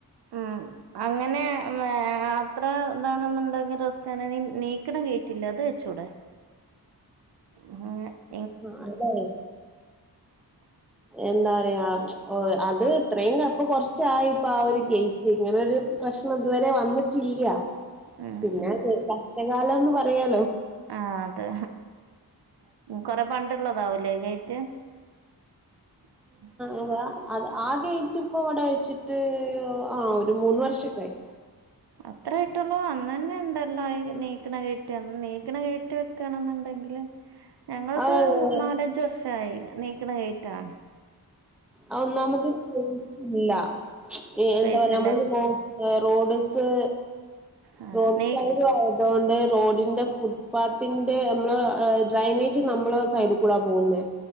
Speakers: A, on the right (about 80°); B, in the centre.
A: ആഹ് അങ്ങനെ അത്ര എന്താണെന്നുണ്ടെങ്കിൽ റിസ്കന നീക്കണ കേറ്റില്ല അത് വെച്ചൂടെ ഉം ഏഹ്
B: ആഹ് അല്ലേേ
A: ഉ
B: എന്താറ്യാ അത് ഇത്രയുംപ്പൊ കൊറച്ചായിപ്പ ആഹ് ഗേറ്റ് ഇങ്ങനെ ഒരു പ്രശ്നം ഇതുവരെ വന്നിട്ടില്ല
A: ഉം
B: പിന്നെ
A: ഉം
B: കഷ്ടകാലന്ന് പറയാലോ
A: ആ അതെ കുറെേ പണ്ടുള്ളതാവല്ലേ ഗെറ്റ് മ്ഹ്
B: അവ്ടാ അത് ആ ഗേറ്റ് ഇപ്പ ഇവടെ വെച്ചിട്ട് ആഹ് ഒരു മൂന്ന് വർഷക്ക ആയി
A: അത്രേ ആയിട്ടൊള്ളൂ അന്നന്നെ ഉണ്ടല്ലോ ആ ഈ നീക്കണ ഗേറ്റ് അന്ന് നീക്കണ ഗേറ്റ് ക്കാണെന്നുണ്ടെങ്കില് ഞങ്ങളത്
B: ആഹ്
A: നാലഞ്ച് വർഷായി നീക്കണ ഗേറ്റാണ്
B: അത് ഒന്നാമത് ഇല്ലാ എ
A: സ്പേസ്
B: എന്താ പറയാ
A: ഇല്ലേ
B: അമ്മള് റോ ഏഹ് റോഡ്ക്ക്
A: ആ
B: റോഡ്
A: നീ
B: <unintelligible> അതുകൊണ്ട് റോഡിന്റെ ഫുട് പാത്തിന്റെ അമ്മള ആഹ് ഡ്രെൈനേജ് നമ്മളെ സൈഡി കൂടാ പോവുന്നെ